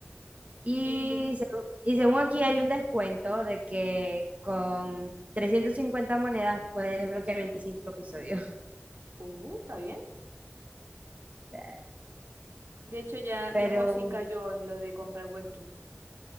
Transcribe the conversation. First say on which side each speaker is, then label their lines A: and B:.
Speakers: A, on the right; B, on the right.
A: Y
B: Y,
A: según, y según aquí hay un descuento de que con 350 monedas puedes desbloquear 25 episodios.
B: uh, está bien.
A: <laughs>
B: De hecho, ya,
A: Pero,
B: ya Josie cayó en lo de comprar webtoons.